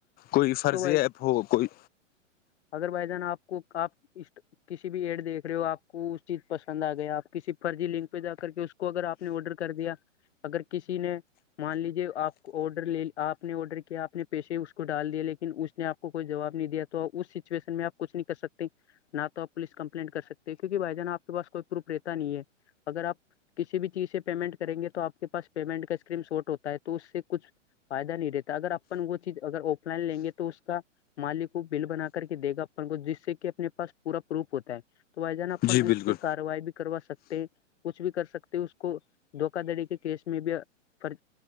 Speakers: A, on the left; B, on the left.
A: کوئی فرضی
B: تو بھائی
A: ایپ ہو کوئی
B: اگر بھائی جان آپ کو آپٹ کسی بھی ایڈ دیکھ رہے ہو آپ کو اس چیز پسند آ گیا آپ کسی فرضی لنک پہ جا کر کے کو اگر آپ نے آڈر کر دیا اگر کسی نے مان لیجیے آپ کو آڈر لے آپ نے آڈر کیا آپ نے پیسے اس کو ڈال دیا لیکن اس نے آپ کو کوئی جواب نہیں دیا تو اس سچویشن میں آپ کچھ نہیں کر سکتے نہ تو آپ پولیس کمپلینٹ کر سکتے کیونک بھائی جان آ کے پاس کوئی پروپ رہتا نہیں ہے اگر آپ کسی بھی چیز سے پیمنٹ کریں گے تو آپ کے پاس پیمنٹ کا اسکریم شارٹ ہوتا ہے تو اس سے کچھ فائدہ نہیں رہتا اگر اپن وہ چیز اگر آف لائن لیں گے تو اس کا مالک کو بل بنا کر کے دے گا اپن کو جس سے کہ اپنے پاس پورا پروف ہوتا ہے توائی جان اپن
A: جی
B: اس
A: بالکل
B: پہ کاروائی بھی کروا سکتے ہیں کچھ بھی کر سکتے اس کو دھوکا دھڑی کے کیس میں بھی فر